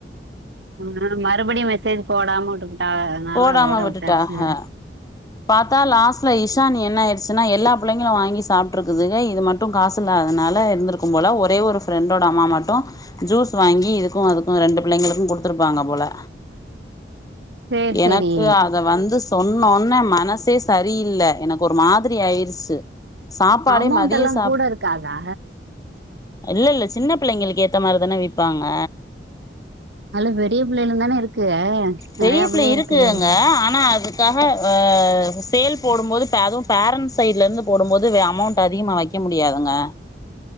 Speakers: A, on the right; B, on the left.
A: ஆ மறுபடியும் மெசேஜ் போடாம உட்டுருக்கு டாவ அதனால
B: போடாம
A: அதோட
B: விட்டுட்டாக
A: விட்டாச்சு
B: பாத்தா லாஸ்ட்ல இஷானிய என்ன ஆயிருச்சுன்னா எல்லா புள்ளைங்களும் வாங்கி சாப்டுருதுக்குகா இது மட்டும் காசுல்லாததுனால இருந்திருக்கும் போல ஒரே ஒரு ஃபிரண்டோட அம்மா மட்டு ஜூஸ் வாங்கி இதுக்கு அதுக்கு ரெண்டு புள்ளங்களுக்கும் குடுத்துருப்பாங்க போல
A: சேரி
B: எனக்கு
A: சேரி
B: அத வந்து சொன்னோன்னே மன சே சரியில்ல எனக்கு ஒரு மாதிரி ஆயிருச்சு சாப்பாடே
A: அமௌண்ட்
B: மதிய
A: எல்லா
B: சாப்
A: கூட இருக்காதா
B: இல்ல இல்ல சின்ன பிள்ளைங்களுக்கு ஏத்த மாரிதான விப்பாங்க
A: அதுல பெரிய பிள்ளையலும் தான இருக்கு நெறைய
B: பெரியப்பிள்ள
A: பிள்ளை
B: இருக்கு
A: இருக்குல்ல
B: அங்க ஆனா அது க்காக அ சேல் போடும்போது அதுவும் பேரண்ட்ஸ் சைட்ல இருந்து போடும்போது அமௌண்ட் அதிகமாக வைக்கும் முடியாதுங்க